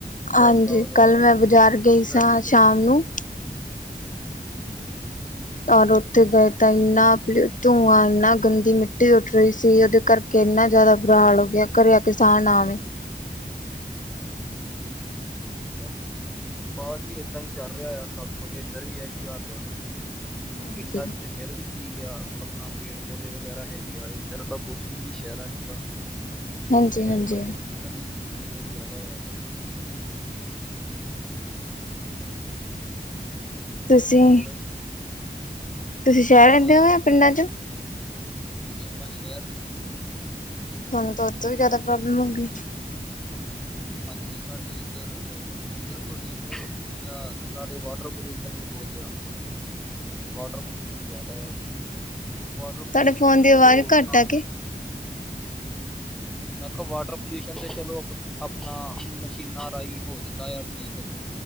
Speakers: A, on the left; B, in the centre.
A: ਹਾਂਜੀ,
B: ਬਾਈਕਾਂ ਵਗੈਰਾ
A: ਕੱਲ ਮੈਂ ਬਾਜ਼ਾਰ ਗਈ
B: ਟ੍ਰੈਫਿਕ
A: ਸਾਂ ਸ਼ਾਮ ਨੂੰ।
B: ਹਾਂਜੀ।
A: ਔਰ ਉੱਥੇ ਗਏ ਤਾਂ ਏਨਾ ਪਲੁ, ਧੂੰਆਂ ਏਨਾ ਗੰਦੀ ਮਿੱਟੀ ਉੱਠ ਰਈ ਸੀ ਉਦੇ ਘਰ। ਕਿ ਏਨਾ ਜਾਦਾ ਬੁਰਾ ਹਾਲ ਹੋ ਗਿਆ, ਘਰੇ ਆ ਕੇ ਸਾਹ ਨਾ ਆਵੇ।
B: <unintelligible> ਜੀ, ਬਾਦ ਜੀ ਏਦਾਂ ਈ ਚੱਲ ਰਿਆ ਸਭ ਕੁਜ, ਏਧਰ ਵੀ ਏਹੀ ਹਾਲ ਆ।
A: ਹਾਂਜੀ
B: ਪਿੰਡਾਂ 'ਚ ਤੇ ਫਿਰ ਵੀ। ਠੀਕ ਆ, ਆਪਣਾ ਪੇਡ-ਪੌਦੇ ਵਗੈਰਾ ਹੈਗੇ ਆ, ਇੱਧਰ ਤਾਂ ਕੁੱਝ ਵੀ ਨੀ ਸ਼ਹਿਰਾਂ 'ਚ ਤਾਂ।
A: ਹਾਂਜੀ
B: ਸ਼ਹਿਰਾਂ
A: ਹਾਂਜੀ
B: 'ਚ ਤਾਂ ਪ੍ਰਦੂਸ਼ਣ ਈ, ਬੋਤ ਜਾਦਾ ਹੋਇਆ ਐ।
A: ਤੁਸੀਂ।
B: ਹੋਰ
A: ਤੁਸੀਂ ਸ਼ਹਿਰ ਰੈਂਦੇ
B: ਬਸ
A: ਓ, ਜਾਂ ਪਿੰਡਾਂ ਚੋਂ?
B: ਜੀ, ਆਪਾਂ ਸ਼ਹਿਰ 'ਚ ਰੈਂਦੇ ਆਂ।
A: ਤਾਨੂੰ ਤਾਂ ਉਤੋਂ ਵੀ ਜਾਦਾ ਪ੍ਰੋਬਲਮ ਹੋ ਗੀ।
B: ਹਾਂਜੀ, ਸਾਡੇ ਏਧਰ। ਏਅਰ ਪੋਲਿਊਸ਼ਨ ਵੀ ਬੋਤ ਆ, ਨਾਲੇ ਵਾਟਰ ਪੋਲਿਊਸ਼ਨ ਵੀ ਬੋਤ ਆ।
A: <inaudible>
B: ਵਾਟਰ ਪੋਲਿਊਸ਼ਨ ਜਾਦਾ ਆ, ਵਾਟਰ
A: ਤੁਹਾਡੇ
B: ਪੋਲਿਊਸ਼ਨ
A: ਫੋਨ
B: ਤੇ
A: ਦੀ ਆਵਾਜ਼
B: ਚਲੋ ਆਪਨਾ।
A: ਘੱਟ ਆ ਕੇ
B: ਮੈਂ ਕਿਆ, ਵਾਟਰ ਪੋਲਿਊਸ਼ਨ ਤੇ ਚਲੋ। ਆਪਨਾ, ਮਸ਼ੀਨਾਂ ਰਾਈਂ ਹੋ ਜਾਂਦਾ ਐ, ਠੀਕ।